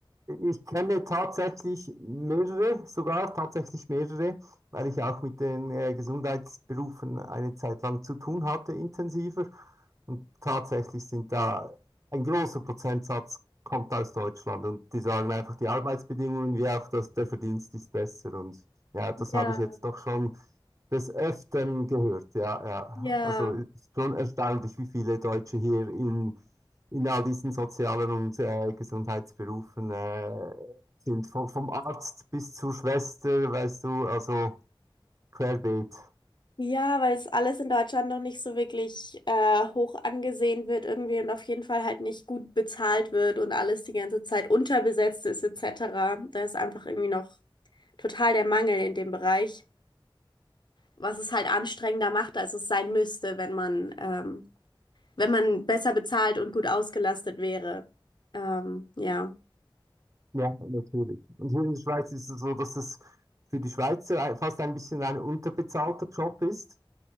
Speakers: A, on the right; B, on the left.
A: Ich kenne tatsächlich mehrere, sogar tatsächlich mehrere, weil ich auch mit den äh, Gesundheitsberufen eine Zeit lang zu tun hatte, intensiver. Und tatsächlich sind da ein großer Prozentsatz kommt aus Deutschland und die sagen einfach, die Arbeitsbedingungen wie auch das, der Verdienst ist besser. Und ja, das
B: Ja,
A: habe ich jetzt doch schon des Öfteren gehört. Ja, ja.
B: ja.
A: Also es ist schon erstaunlich, wie viele Deutsche hier in in all diesen sozialen und äh, Gesundheitsberufen äh, sind. Vom, vom Arzt bis zur Schwester, weißt du, also querbeet.
B: Ja, weil es alles in Deutschland noch nicht so wirklich äh, hoch angesehen wird irgendwie und auf jeden Fall halt nicht gut bezahlt wird und alles die ganze Zeit unterbesetzt ist etc. Da ist einfach irgendwie noch total der Mangel in dem Bereich, was es halt anstrengender macht, als es sein müsste, wenn man ähm, wenn man besser bezahlt und gut ausgelastet wäre. Ähm, ja.
A: Ja, natürlich. Und hier in der Schweiz ist es so, dass es für die Schweizer ein- fast ein bisschen ein unterbezahlter Job ist,